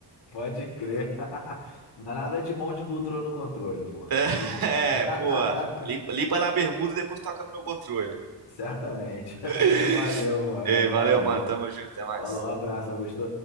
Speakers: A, on the left; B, on the right.
A: Pode crer. <laughs> Mas nada de mão de gordura no controle, pô.
B: <laughs>
A: Fim.
B: É,
A: <laughs>
B: pô, limpa, limpa na bermuda e depois toca no meu controle.
A: Certamente.
B: <laughs>
A: <laughs> Valeu, mano.
B: Ei,
A: Valeu.
B: valeu, mano, tamo junto, até mais.
A: Falou, abraço, Augusto.